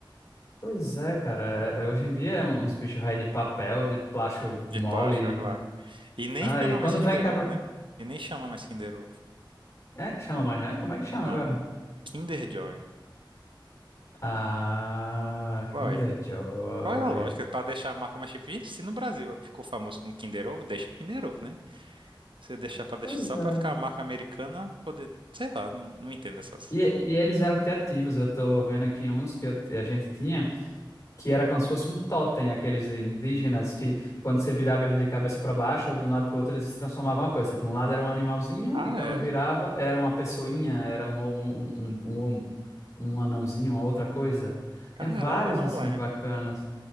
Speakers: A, on the left; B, on the right.
A: Pois é, cara. é- é- hoje em dia é uns bichos raios de papel, de plástico
B: De
A: mole.
B: plástico, olha lá. E nem
A: Ah,
B: chama
A: e quando
B: mais Kinder
A: vem quebra.
B: Ovo, né? E nem chama mais Kinder Ovo.
A: É, chama mais não? E Como é que chama
B: Não.
A: agora?
B: Kinder Joy.
A: Ah, Kinder
B: Uai,
A: Joy.
B: qual é a lógica? Pra deixar a marca mais tipo, gente, se no Brasil ficou famoso como Kinder Ovo, deixa Kinder Ovo, né? Você deixar pra deixar
A: Pois
B: só
A: é.
B: pra ficar a marca americana, poder, sei lá, não, não entendo essas.
A: E, e eles eram criativos. Eu tô vendo aqui uns que eu- a gente tinha. que era como se fosse um totem, aqueles indígenas que, quando você virava ele de cabeça para baixo ou de um lado para o outro, eles se transformavam em uma coisa. Tipo, um lado era um animalzinho
B: Ah,
A: e quando
B: é?
A: virava era uma pessoinha, era um, um, um, um, um um um anãozinho, uma outra coisa.
B: Caramba,
A: Tinha vários
B: não
A: assim
B: lembro.
A: bacanas.